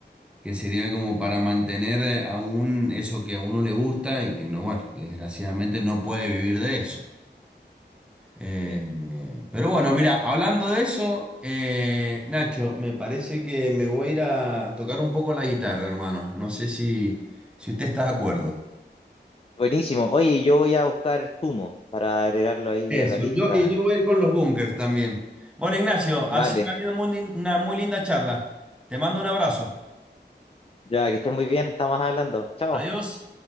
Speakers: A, in the centre; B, on the left.
A: que sería como para mantener eh, aún eso que a uno le gusta y que no, bueno, que desgraciadamente no puede vivir de eso. Eh,
B: Sí.
A: eh, pero bueno, mira, hablando de eso, eh, Nacho, me parece que me voy a ir a tocar un poco la guitarra, hermano. No sé si, si usted está de acuerdo.
B: Buenísimo. Oye, yo voy a buscar Sumo para agregarlo ahí
A: Eso,
B: a la lista.
A: yo, y yo voy a ir con los bunkers también. Bueno, Ignacio,
B: Vale,
A: ha sido una linda- muy lin- una muy linda charla. Te mando un abrazo.
B: ya que estés muy bien, estamos hablando. Chao.
A: Adiós.